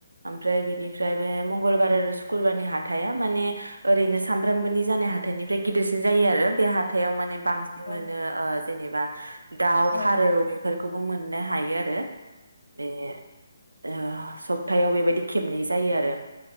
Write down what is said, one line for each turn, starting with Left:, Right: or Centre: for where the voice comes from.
Right: ओमफ्राय बेनिफ्राय बे मं मंगलबार आरो सुखुरबारनि हाथाइआ माने ओरैनो
Left: औ
Right: सानफ्रामबोनि जानाय हाथ‌ हाथाइनिफ्राय गिदिरसिन जायो आरो बे हाथ हथाइआव माने बांसिन
Left: औ
Right: मोनो ओ जेनेबा दाउ,
Left: औ
Right: फारौ बे फोरखौबो मोननो हायो आरो बे ओ सप्तायाव बेबायदि खेबनै जायो आरो।